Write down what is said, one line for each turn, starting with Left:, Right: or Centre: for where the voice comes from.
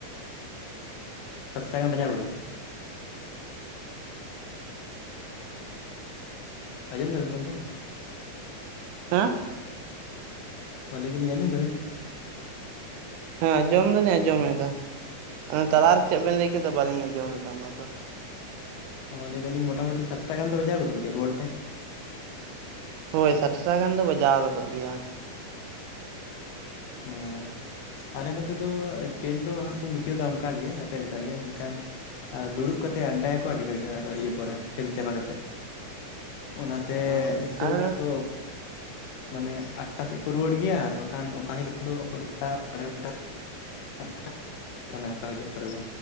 Left: ᱥᱟᱛ ᱴᱟ ᱜᱟᱱ ᱵᱟᱡᱟᱭ ᱜᱚᱫᱚᱜ-ᱟ᱾ ᱟᱸᱡᱚᱢ ᱫᱟᱵᱤᱱ ᱜᱚᱝᱠᱮ?
Right: ᱦᱮᱸ
Left: ᱚ ᱞᱟᱹᱭ ᱫᱤᱞᱤᱧ ᱟᱸᱡᱚᱢ ᱫᱟ ᱵᱤᱱ?
Right: ᱦᱮᱸ ᱟᱸᱡᱚᱢ ᱫᱚᱞᱤᱧ ᱟᱸᱡᱚᱢ ᱮᱫᱟ ᱚᱱᱮ ᱛᱟᱞᱟᱨᱮ ᱪᱮᱫ ᱵᱮᱱ ᱞᱟᱹᱭ ᱠᱮᱫᱟ ᱵᱟᱹᱞᱤᱧ ᱟᱸᱡᱚᱢ ᱞᱮᱫᱟ ᱚᱱᱟ ᱫᱚ?
Left: ᱚ ᱞᱟᱹᱭ ᱫᱟᱞᱤᱧ ᱢᱳᱴᱟᱢᱳᱴᱤ ᱥᱟᱛ ᱴᱟ ᱜᱟᱱ ᱫᱚ ᱵᱟᱡᱟᱣ ᱜᱚᱫᱚᱜ ᱜᱮᱭᱟ ᱨᱩᱣᱟᱹᱲ ᱛᱮ?
Right: ᱦᱳᱭ ᱥᱟᱛ ᱴᱟ ᱜᱟᱱ ᱫᱚ ᱵᱟᱡᱟᱣ ᱜᱚᱫᱚᱜ ᱜᱮᱭᱟ᱾ <inaudible>
Left: ᱚ ᱟᱞᱮ ᱱᱚᱛᱮ ᱫᱚ ᱠᱷᱮᱞ ᱫᱚ ᱦᱟᱸᱜ ᱠᱚ ᱢᱩᱪᱟᱹᱫᱟ ᱚᱱᱠᱟᱜᱮ ᱟᱯᱮᱠᱟᱜᱮ ᱢᱮᱱᱠᱷᱟᱱ ᱟᱨ ᱫᱩᱲᱩᱵ ᱠᱟᱛᱮᱫ ᱟᱰᱰᱟᱭᱟᱠᱚ ᱟᱹᱰᱤ ᱜᱷᱟᱹᱲᱤᱡ ᱟᱨ ᱤᱭᱟᱹ ᱯᱚᱨᱮ ᱠᱷᱮᱞ ᱪᱟᱵᱟ ᱠᱟᱛᱮᱫ᱾ ᱚᱱᱟᱛᱮ
Right: ᱦᱳᱭ
Left: ᱦᱤᱥᱟᱹᱵᱽ
Right: ᱟᱨ
Left: ᱨᱮᱱᱟᱜ ᱫᱚ ᱢᱟᱱᱮ ᱟᱴᱴᱟ ᱥᱮᱫ ᱠᱚ ᱨᱩᱣᱟᱹᱲ ᱜᱮᱭᱟ ᱟᱨᱦᱚᱸ ᱠᱷᱟᱱ ᱚᱠᱟ ᱦᱤᱞᱳᱜ ᱫᱚ <unintelligible> ᱠᱟᱱᱟ ᱚᱠᱟ ᱦᱤᱞᱳᱜ ᱠᱚᱨᱮ ᱫᱚ᱾